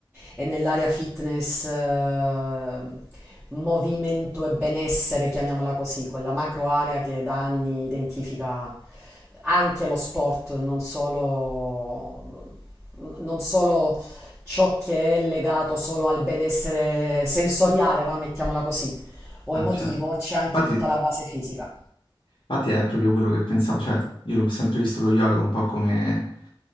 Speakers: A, in the centre; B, on the left.
A: è nell'area fitness, eh, movimento e benessere, chiamiamola così, quella macro area che da anni identifica anche lo sport, non solo n- non solo ciò che è legato solo al benessere sensoriale, va, mettiamola così, o
B: Ah,
A: emotivo,
B: certo.
A: c'è anche
B: Infatti,
A: tutta la base fisica.
B: infatti è proprio quello che pensavo, cioè io l'ho sempre visto lo yoga un po' come